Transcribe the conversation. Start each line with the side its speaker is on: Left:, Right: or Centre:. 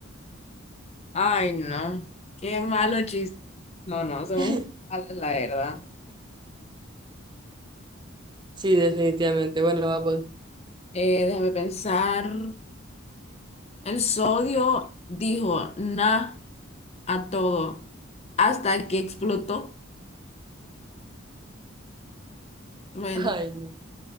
Left: Ay, no. Qué malo chiste. No, no, somos
Right: <laughs>
Left: muy malas, la verdad.
Right: Sí, definitivamente. Bueno, vamos.
Left: Eh, déjame pensar. El sodio dijo, nah. a todo hasta que explotó. Bueno.
Right: Ay, no.